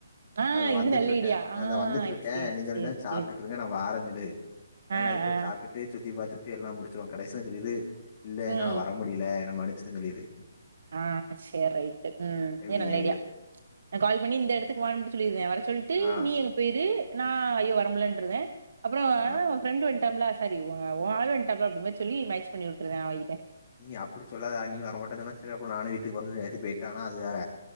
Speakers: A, on the right (about 60°); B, on the left (about 40°).
A: ஆ
B: அ த
A: இது
B: வந்துட்ருக்க
A: நல்ல ஐடியா ஆ
B: அத் தா வந்துட்ருக்கே
A: சேரி
B: நீங்க
A: சேரி
B: ரெண்டு சாப்ட்டுட்ரு
A: சேரி
B: அ வாரஞ்சு சொல்லு நாங்க
A: ஆ
B: அதுக்குள்ள
A: ஆ
B: சாப்ட்டுட்டு சுத்தி பாத்துட் எல்லா முடிச்சுருவோ கடைசில சொல்லிரு இல்ல
A: ம்
B: என்னால வர முடிய்ல என்ன மனிசிடுன் சொல்லிரு
A: ஆ செரி ரைட்டு ம்
B: எப்டி
A: இது நல்ல
B: ஏ
A: ஐடியா நா கால் பண்ணி இந்த எடத்துக்கு வான் மட்டு சொல்லிற்த வர சொல்ட்டு
B: ஆ
A: நீயகம் போயிறு நா ஐயோ வரமுல்லன்ருத அப்றம் அ
B: ஆ
A: ஓ ஃப்ரெண்டு வன்டாமில செரி ஒ ஒ ஆள் வன்டா அப்டி மாரி சொல்லி மேச் பண்ணி விட்ருற அவங்கிட்ட
B: நீ அப்டி சொல்லாதா நீ வர மாட்டனு சொன்னா செரி அப்ப நானு வீட்டுக்குபடட் போறனு சொல்லி போயிட்டனா அது வேற